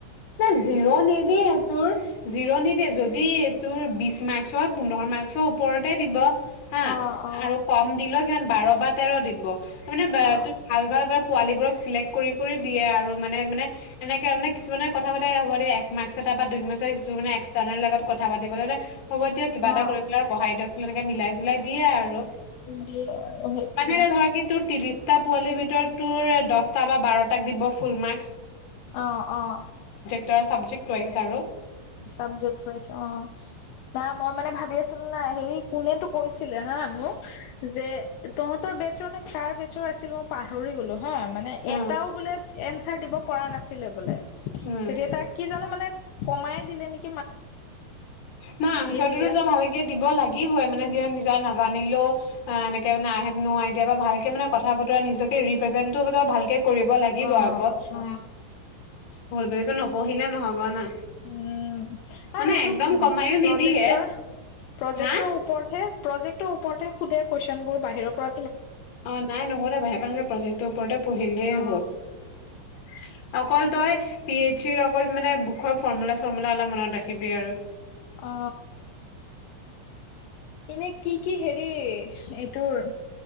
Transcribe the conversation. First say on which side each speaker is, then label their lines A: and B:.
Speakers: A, on the left; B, on the left.
A: নাই জিৰ নিদিয়ে তোৰ জিৰ নিদিয়ে যদি তোৰ বিশ মাৰ্কৰ পোন্ধৰ মাৰ্ক ওপৰতে দিব হা
B: অ অ
A: আৰু কম দিল মান বাৰ বা তেৰ দিব মানে
B: অ
A: ভাল বা পোৱালী বোৰক চিলেক্ট কৰি দিয়ে আৰু মানে মানে এনেকে মানে কিু মানে কথা পাতে হ'ব যদি কেতিয়াবা এক মাৰ্কচত বা দুই মাৰ্কছত যে এক্সটাৰনেলত কথা পাতিব হ'ব দিয় কিবা এটা
B: অ
A: কৰি পেলাই আৰু বঢ়াই দিয়ক তেনেকে মিলাই জলাই দিয়ে আৰু
B: দিয়ে আৰু সেইটোৱে
A: মানে এটা ধৰ কি তোৰ টা পোৱালিৰ ভিতৰত তোৰ দহটা বা বাৰটাক দিব ফুল মাৰ্ক
B: অঁ অঁ
A: চাবজেক্টো আহিছে আৰু
B: চাবজেক্ আহিছে উম, মই মানে ভাবি আছিলো নাই হেৰি কোনেতটো কৈছিলে হা মোক যে তহঁতৰ বেটচৰ নে কাৰ বেটচৰ আছিল মই পাহৰি গলো। হয় মানে এটাও
A: অ
B: বোলে এ এনচাৰ দিব পৰা নাছিলে বোলে
A: উম,
B: তেতিয়া তাক কি জানো মানে কমাই দিলেক
A: নাই আনচটোতো
B: দিলে
A: তই ভালকে দিব লাগিবই মানে। যে নিজৰ নাজানিলেও অ এনেকে মানে আই হেভ ন আইদিয়া বা ভাল মে কথা বতৰা নিজকে ৰিপ্ৰেজেন্টটো বত ভালকে কৰিব লাগিব
B: অ
A: আকৌ
B: অ
A: বৰ ব এইটো নবহিলে নহ'ব না
B: উম সেইটো
A: মানে একদম
B: উ
A: কমায়ো
B: প্ৰজেক্টৰ
A: নিদিয়ে,
B: প্ৰজেক্টৰ
A: হা?
B: ওপৰত হে প্ৰজেক্টৰ ওপৰতে সোধে কোৱেচনবোৰ বাহিৰৰ পৰা
A: অ নাই নুহুধেও দে বাহিৰা প্ৰজেক্টৰ ওপৰতে পঢ়িলেই
B: অ
A: হ'ল অকল তই পি এইচ ই ৰ অকল মানে বুকৰ ফৰ্মুলা চৰ্মুলা অলপ মনত ৰাখিবি আৰু
B: অ এনে কি কি হেৰি এইটোৰ